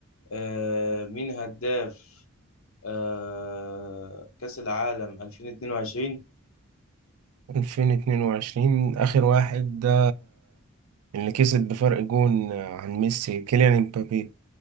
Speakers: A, on the left; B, on the right.
A: آه مين هداف آه كأس العالم 2022
B: 2022 آخر واحد ده اللي كسب بفرق جون آه، عن ميسي كيليان امبابي